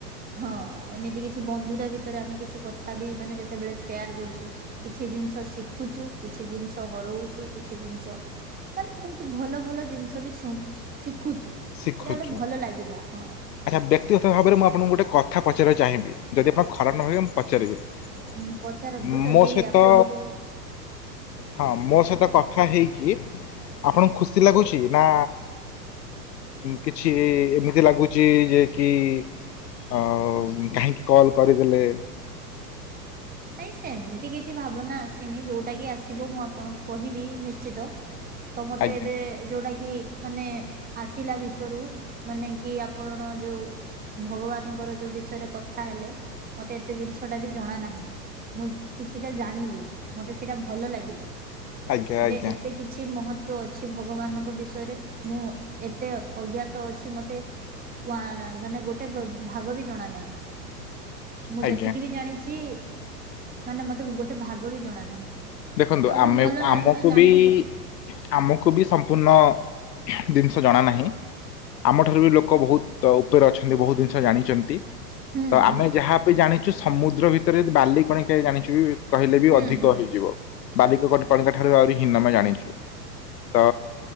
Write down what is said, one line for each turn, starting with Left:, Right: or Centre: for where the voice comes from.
Right: ହଁ ଏମିତି କିଛି ବନ୍ଧୁତା ଭିତରେ ଆମେ କିଛି କଥା ବି ମାନେ ଯେତେବେଳେ ସେୟାର କରୁଛୁ। କିଛି ଜିନିଷ ଶିଖୁଛୁ କିଛି ଜିନିଷ ହରଉଛୁ କିଛି ଜିନିଷ ମାନେ ବହୁତ ଭଲ ଭଲ ଜିନିଷ ବି ଶୁ ଶିଖୁଛୁ ଏଇଟା
Left: ଶିଖୁଛୁ।
Right: ଗୋଟେ ଭଲ ଲାଗିଲା ହଁ।
Left: ଆଚ୍ଛା ବ୍ୟକ୍ତିଗତ ଭାବରେ ମୁଁ ଆପଣଙ୍କୁ ଗୋଟେ କଥା ପଚାରିବାକୁ ଚାହିବି ଯଦି ଆପଣ ଖରାପ ନଭାବିବେ ମୁଁ ପଚାରିବି।
Right: ଉଁ ପଚାରନ୍ତୁ ଯଦି
Left: ମୋ ସହିତ
Right: ଆପଣଙ୍କୁ
Left: ହଁ ମୋ ସହିତ କଥା କଥା ହେଇକି ଆପଣଙ୍କୁ ଖୁସି ଲାଗୁଛି ନା କିଛି ଏମିତି ଲାଗୁଛି ଛି ଯେ କି କାହିଁକି କଲ୍ କରିଦେଲେ।
Right: ନାଇଁ ସେମିତି କିଛି ଭାବନା ଆସିନି ଯୋଉଟା କି ଆସିବ ମୁଁ ଆପଣଙ୍କୁ କହିବି ନିଶ୍ଚିତ। ତ ମତେ
Left: ଆଜ୍ଞା
Right: ଏବେ ଯୋଉଟା କି ମାନେ ଆସିଲା ଭିତରୁ ମାନେ କି ଆପଣ ଯୋଉ ଭଗବାନଙ୍କର ଯୋଉ ବିଷୟରେ କଥା ହେଲେ ମତେ ଏତେ ଜିନିଷ ଟା ବି ଜଣା ନାହିଁ। ମୁଁ କିଛିଟା ଜାଣିଲି ମତେ ସେଇଟା ଭଲ ଲାଗିଲା
Left: ଆଜ୍ଞା ଆଜ୍ଞା
Right: ଯେ ଏତେ କିଛି ମହତ୍ୱ ଅଛି ଭଗବାନଙ୍କ ବିଷୟରେ ମୁଁ ଏତେ ଅଜ୍ଞାତ ଅଛି ମତେ ନା ନା ଗୋଟେ ଭାଗ ବି ଜଣା ନାହିଁ ମୁଁ
Left: ଆଜ୍ଞା।
Right: ଯେତିକି ବି ଜାଣିଛି ମାନେ ମତେ ଗୋଟେ ଭାଗ ବି ଜଣା ନାହିଁ।
Left: ଦେଖନ୍ତୁ
Right: ତ ଏବେ
Left: ଆମେ
Right: ଭଲ ଲାଗୁଛି
Left: ଆମକୁ
Right: ଜାଣିକି
Left: ବି
Right: ଆଉ
Left: ଆମକୁ ବି ସମ୍ପୂର୍ଣ୍ଣ ଜିନିଷ ଜଣା ନାହିଁ। ଆମଠାରୁ ବି ଲୋକ ବହୁତ ଉପରେ ଅଛନ୍ତି ବହୁତ ଜିନିଷ ଜାଣିଛନ୍ତି।
Right: ହୁଁ
Left: ତ
Right: ହୁଁ।
Left: ଆମେ ଯାହା ବିି ଜାଣିଛୁ ସମୁଦ୍ର ଭିତରେ ଯଦି ବାଲି କଣିକାଏ ଜାଣିଛୁ। କହିଲେ ବି
Right: ହୁଁ
Left: ଅଧିକ
Right: ହୁଁ
Left: ହେଇଯିବ ବାଲିକ କଣିଙ୍କା ଠାରୁ ଆହୁରି ହିନ ଆମେ ଜାଣିଛୁ। ତ।